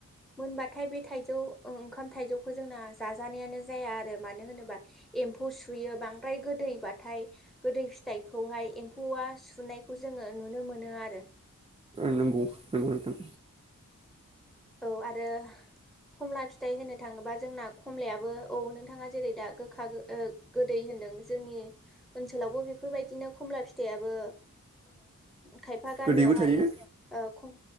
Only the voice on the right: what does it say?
नोंगौ नोंगौ नोंथां।
गोदैबो थायो